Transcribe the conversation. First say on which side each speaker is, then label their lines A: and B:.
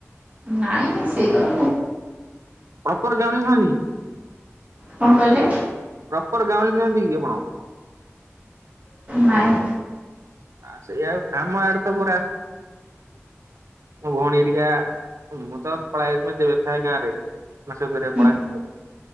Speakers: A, on the right; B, on the right.
A: ନାଇଁ ନାଇଁ ସେଗୁରା
B: ଅପରେ ଯାଉନି ନଇ।
A: କଣ କହିଲେ
B: ପ୍ରପର ଗାଁଉଲି ନୁହାନ୍ତି କି ଆପଣ?
A: ନାଇଁ।
B: ଆ ସେଇଆ, ଆମ ଆଡେ ତ ପୁରା ମୋ ଭଉଣୀ ହାରିକା, ମୁଁ ତ ପଳାଏ ମ ଯେବେଥାଏ ଗାଁରେ। ମାଛ ଧରିବାକୁ
A: ହୁଁ
B: ପଳାଏ।